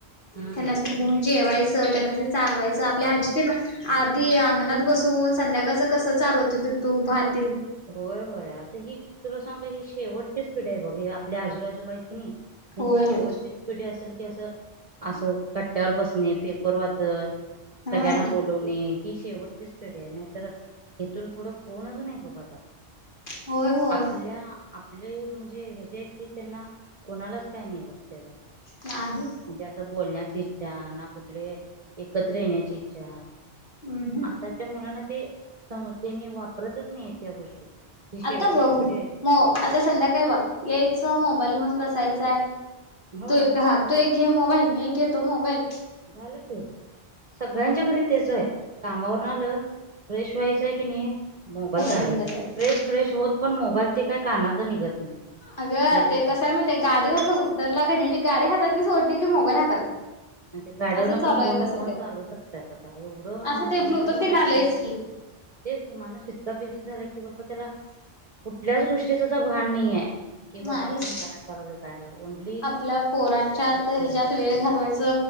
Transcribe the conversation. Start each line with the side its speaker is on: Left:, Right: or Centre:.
Right: हम्म.
Left: त्यांना घेऊन जेवायचं त्यांना चारवायच. आपल्या आजीतील आधी अंगणात बसून संध्याकाळच कस चालवत त तुप भाती ते
Right: होय होय. आता ही, तुला सांग का हे शेवटचीच पिढी आहे बघ आपल्या आजूबाजूबाई त त्यांची
Left: होय
Right: शेवटची
Left: होय.
Right: पिढी असेल. की असं असं कट्ट्यावर बसणे पेपर वाचत,
Left: हा
Right: सगळ्यांना बोलवणे. ही शेवटचीच पेढी आहे. नाही तर, इथून पुढं कोणच नाही बघ आता.
Left: होय होय
Right: आपल्या आपले म्हणजे हे जे क त्यांना कुणालाच काही नाही बघ त्याचा.
Left: नाही
Right: म्हणजे असं बोलण्याची इच्छा ना कुठले एकत्र येण्याची इच्छा.
Left: अहं
Right: आताच्या मुलांना ते त्यांनी वापरतच नाहीेत या गोष्टी. ही शेवटची
Left: आता बघ
Right: पिढी आहे
Left: मो आता संध्याकाळी बघ यायचं मोबाईल होन बसायचंय.
Right: होय
Left: तू एक हा तू एक घे मोबाईल मी एक घे तो मोबाईल.
Right: झालं ते सगळ्यांच्या घरी तेच आहे. कामावर न आलं फ्रेश व्हायच की नाही मोबाईल काढायचा,
Left: घेऊन बसायच
Right: ते फ्रेश फ्रेश होत पण मोबाईल ते काही कानात निघत नाही.
Left: अगं
Right: फ्रेश
Left: ते
Right: होताना
Left: कसय म्हणतेय गाडीवरन उतरला की नाई गाडी हातातली सोडते की मोबाईल हातात.
Right: आणि ते गाडीवरन
Left: असं चालू
Right: पण फोन
Left: आहे आता सध्या
Right: फोन चालूच असतात आता एवढं माणूस
Left: असं ते
Right: बिझी
Left: ब्लूटूथ
Right: झालाय
Left: तेन आलंयच
Right: की नाही. तेच की, माणूस इतका बिझी झाला की, बा् त्याला कुठल्याच गोष्टीच तर भान नाहीये. कि बाबा
Left: नाहीच
Right: आपण काय करालोय काय ओनली
Left: आपल्या पोरांच्यात
Right: तेच
Left: ह्याच्यात वेळ घालवायच.